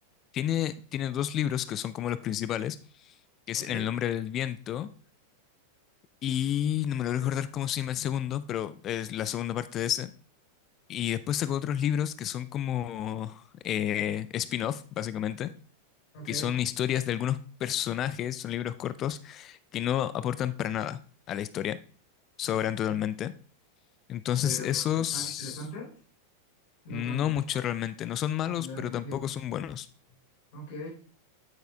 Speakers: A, on the left; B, on the left.
A: tiene, tiene dos libros que son como los principales, que
B: ok,
A: es En el nombre del viento y no me lo
B: ok,
A: voy a recordar cómo se llama el segundo, pero es la segunda parte de ese. Y después sacó otros libros que son como eh, spin-off, básicamente
B: ok.
A: que son historias de algunos personajes, son libros cortos, que no aportan para nada a la historia, sobran totalmente. Entonces,
B: Pero
A: esos
B: ¿están interesantes? No
A: no
B: tanto.
A: mucho realmente, no son malos,
B: Y La
A: pero
B: narrativa.
A: tampoco son buenos.
B: Ok.